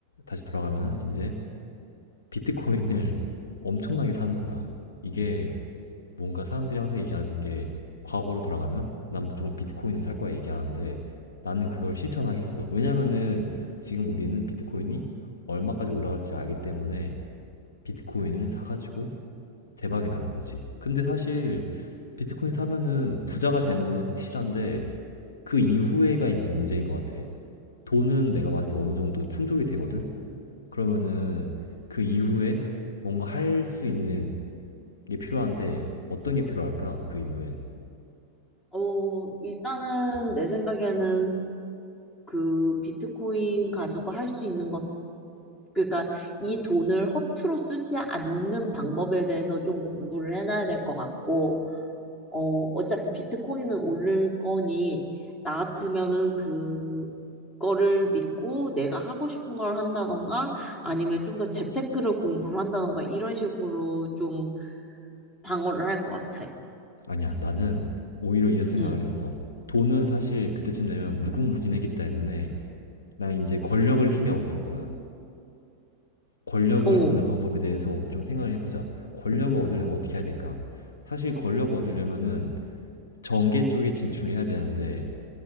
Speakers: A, on the left (about 65°); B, on the left (about 25°).
A: 다시 돌아가면은 이제 비트코인을 엄청나게 사는 거야. 이게 뭔가 사람들이 항상 얘기하는 게 과거로 돌아가면 난 무조건 비트코인을 살 거야 얘기하는데 나는 그걸 실천하겠어. 왜냐면은 지금 우리는 비트코인이 얼마까지 올라갈지 알기 때문에 비트코인을 사가지고 대박이 나는 거지. 근데 사실 비트코인 사면은 부자가 되는 건 확실한데 그 이후에가 이제 문제인 것 같아. 돈은 내가 봤을 때 어느 정도 충족이 되거든? 그러면은 그 이후에 뭔가 할 수 있는 게 필요한데 어떤 게 필요할까? 그 이후엔
B: 어, 일단은 내 생각에는 그 비트코인 가지고 할 수 있는 것, 그러니까 이 돈을 허투루 쓰지 않는 방법에 대해서 좀 공부를 해놔야 될 것 같고, 어, 어차피 비트코인은 오를 거니, 나 같으면은 그거를 믿고 내가 하고 싶은 걸 한다던가, 아니면 좀 더 재테크를 공부를 한다던가, 이런 식으로 좀 방어를 할 것 같아.
A: 아니야 나는 오히려 이런 생각을
B: 응.
A: 했어. 돈은 사실 그때쯤 되면 무궁무진했기 때문에 난 이제 권력을 힘에 얻을 거야. 권력을
B: 어,
A: 얻는 방법에 대해서 좀 생각을 해보자. 권력을 얻으려면 어떻게 해야 될까? 사실 권력을 얻으려면은 정계 쪽에 진출을 해야 되는데